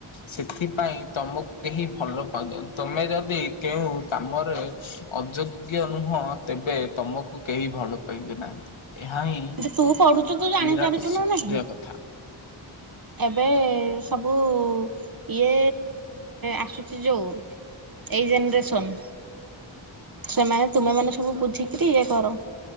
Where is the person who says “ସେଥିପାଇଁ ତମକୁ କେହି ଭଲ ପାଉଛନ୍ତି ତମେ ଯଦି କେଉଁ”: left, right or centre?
Left